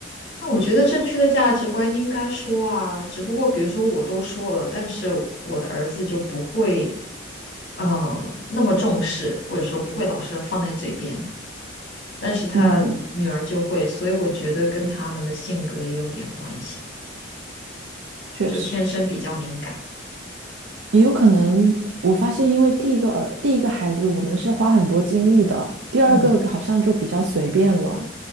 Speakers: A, on the left; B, on the right.
A: 那我觉得正确的价值观应该说啊，只不过比如说我都说了，但是我的儿子就不会呃那么重视，或者说不会老是放在嘴边。但是他女儿就会，
B: 嗯，
A: 所以我觉得跟他们的性格也有点关系，
B: 确实。
A: 就天生比较敏感。
B: 也有可能，我发现，因为第一个儿，第一个孩子，我们是花很多精力的，第二个好像就比较随便了，
A: 嗯，